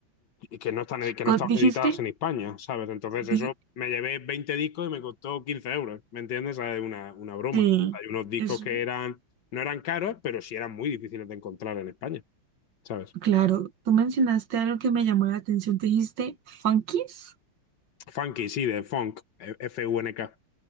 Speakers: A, on the left; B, on the right.
A: que no están, que
B: Co-
A: no estaban
B: Dijiste,
A: editadas en España, ¿sabes? Entonces
B: di,
A: eso me llevé 20 discos y me costó 15 euros, ¿me entiendes? ¿Sabes? Una, una broma.
B: sí,
A: Hay unos discos
B: es
A: que eran, no eran caros, pero sí eran muy difíciles de encontrar en España, ¿sabes?
B: Claro, tú mencionaste algo que me llamó la atención, te dijiste funkies,
A: Funky, sí, de funk, F-U-N-K,